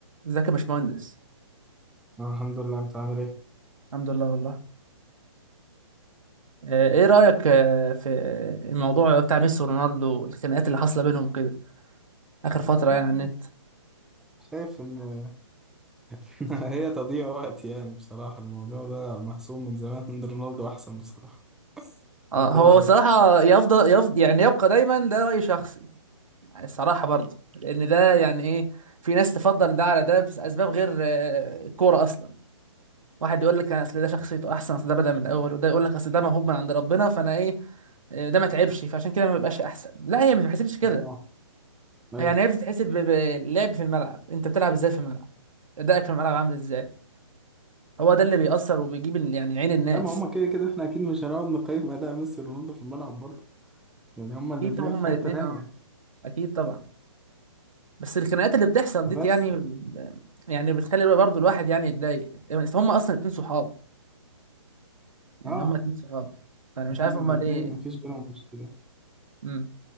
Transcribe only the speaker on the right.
ازيك يا باشمهندس
الحمد لله والله آه، ايه رأيك آه، في الموضوع بتاع ميسي ورونالدو الخناقات اللي حاصلة بينهم كده آخر فترة
يعني على النت
اه
هو
صراحة يفضل, يفضل يعني يبقى دايما ده رأي شخصي يعني الصراحة برضه لأن ده يعني ايه في ناس تفضل ده على ده بس أسباب غير آه، الكورة أصلا واحد يقول لك أصل ده شخصيته أحسن أصل ده بدأ من الأول وده يقول لك أصل ده موهوب من عند ربنا فأنا ايه آه، ده ما تعبش فعشان كده ما بيبقاش أحسن لا هي ما بتحسبش كده
يعني هي بتتحسب ب- باللعب في الملعب انت بتلعب ازاي في الملعب ادائك في الملعب عامل ازاي هو ده اللي بيأثر وبيجيب ال- يعني عين الناس
اكيد طبعا هما
الاثنين
اه اكيد طبعا بس الخناقات اللي بتحصل دي
يعني ب- يعني بتخلي الوا- برضه الواحد يعني يتضايق يعني بس هما اصلا اتنين صحاب يعني
هما اتنين صحاب فانا مش
عارف هما
ليه
امم